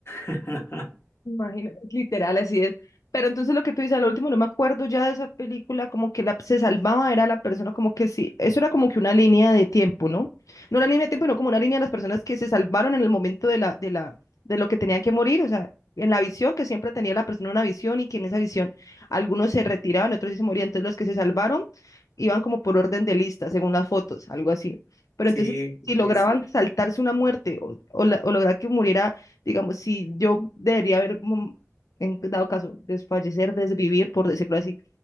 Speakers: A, on the left; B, on the left.
A: <laughs>
B: Imagínate, literal, así es. Pero entonces lo que tú dices, al último no me acuerdo ya de esa película, como que la, se salvaba, era la persona, como que sí, eso era como que una línea de tiempo, ¿no? No una línea de tiempo, sino como una línea de las personas que se salvaron en el momento de la, de la, de lo que tenían que morir, o sea, en la visión, que siempre tenía la persona una visión y que en esa visión algunos se retiraban, otros sí se morían, entonces los que se salvaron iban como por orden de lista, según las fotos, algo así. Pero
A: Sí,
B: entonces, si lograban
A: sí, sí.
B: saltarse una muerte o, o la- o lograr que muriera Digamos, si yo debería haber, mm, en dado caso, desfallecer, desvivir, por decirlo así,